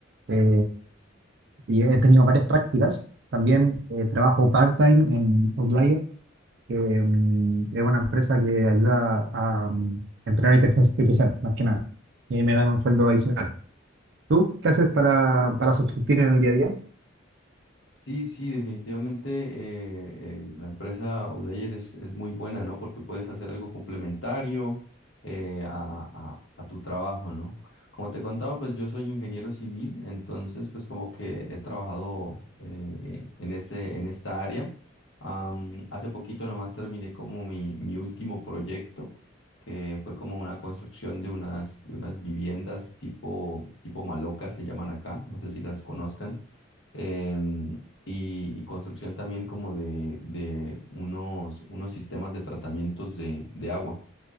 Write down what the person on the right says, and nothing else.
eh, y he tenido varias prácticas, también eh, trabajo part-time en Outlier que mm, es una empresa que ayuda a mm, entrenar inteligencia artificial, más que nada. Y ahí me gano un sueldo adicional. ¿Tú qué haces para, para subsistir en el día a día?